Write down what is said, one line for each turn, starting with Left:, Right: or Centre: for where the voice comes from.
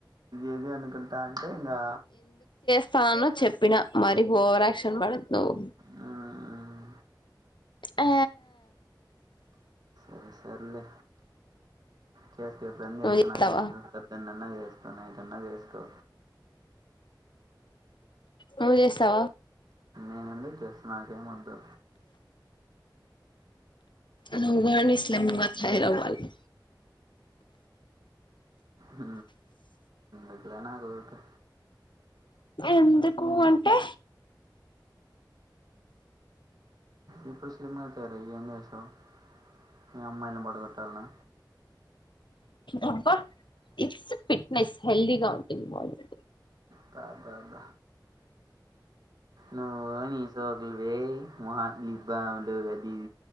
Right: ఏది అనుకుంటా అంటే ఇంకా
Left: స్తాను చెప్పినా మరి ఓవరాక్షన్ పడకు నువ్వు
Right: మ్మ్.
Left: ఆ
Right: సరే సర్లే చేస్త ఎప్పుడున్న
Left: నువ్వు
Right: చేసుకో
Left: చేస్తావా
Right: నాకెందుకు సద్దె నన్న చేస్ నైటన్న చేసుకో
Left: నువ్ చేస్తావా
Right: నేనండి చేస నాకే మద్దు
Left: అ ఊగాని స్లేమ్మ తాయిరవాలు
Right: హ ఎట్ల నాదొకే
Left: ఎందుకు అంటే
Right: ఇప్పుడు స్లిమ్గా తయారయి ఏం చేస్తావ్ మీ అమ్మాయిని పడగోట్టాలనా
Left: అబ్బా ఇట్స్ ఫిట్నెస్ హెల్దిగా ఉంటుంది బాడీ
Right: బ బా బ నువ్వు ని సోకులు వేస్ట్ మోహనీకి బములు అది